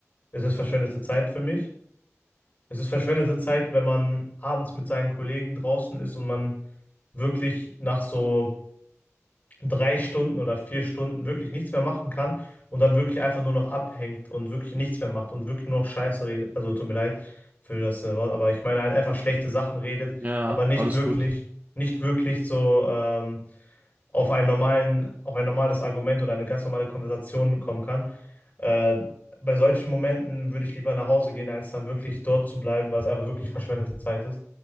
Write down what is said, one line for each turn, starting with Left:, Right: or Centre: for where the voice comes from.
Left: ist es verschwendete Zeit für mich. Es ist verschwendete Zeit, wenn man abends mit seinen Kollegen draußen ist und man wirklich nach so drei Stunden oder vier Stunden wirklich nichts mehr machen kann und dann wirklich einfach nur noch abhängt und wirklich nichts mehr macht und wirklich nur noch Scheiße redet. Also tut mir leid für das äh, Wort, aber ich meine halt einfach schlechte Sachen redet,
Right: ja,
Left: aber nicht
Right: alles
Left: wirklich,
Right: gut.
Left: nicht wirklich so. Ähm, auf einen normalen, auf ein normales Argument oder eine ganz normale Konversation kommen kann. Äh, bei solchen Momenten würde ich lieber nach Hause gehen, als dann wirklich dort zu bleiben, weil es einfach wirklich verschwendete Zeit ist.